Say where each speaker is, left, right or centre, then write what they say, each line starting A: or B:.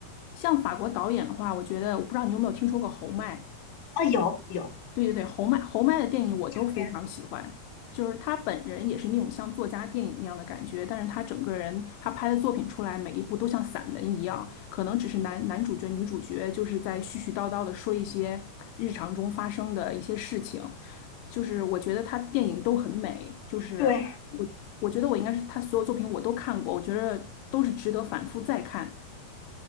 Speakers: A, on the left; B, on the left.
A: 像法国导演的话，我觉得我不知道你有没有听说过侯麦，
B: 啊？有有，
A: 对对对，侯麦侯麦的电影我都非常喜欢，
B: 偏。
A: 就是他本人也是那种像作家电影那样的感觉，但是他整个人他拍的作品出来，每一部都像散文一样，可能只是男男主角、女主角就是在絮絮叨叨的说一些日常中发生的一些事情，就是我觉得他电影都很美，就是我我觉得我应该是他所有作品我都看过，
B: 对，
A: 我觉得都是值得反复再看。